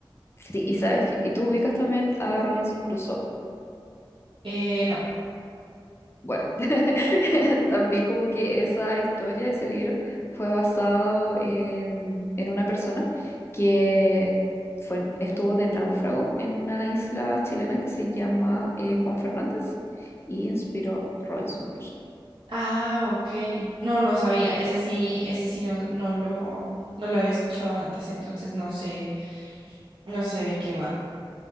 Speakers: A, on the left; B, on the right.
A: sí, y sabes que, y tú ubicas también a Robinson Crusoe.
B: Eh, no.
A: Bueno, <laughs> también como que esa historia, ese libro, fue basado en, en una persona que fue, estuvo de náufrago en una isla chilena que se llama eh, Juan Fernández y inspiró Robinson Crusoe.
B: Ah, ok. No, no sabía. Ese sí, ese sí no, no lo, no lo había escuchado antes, entonces no sé, no sé de qué va.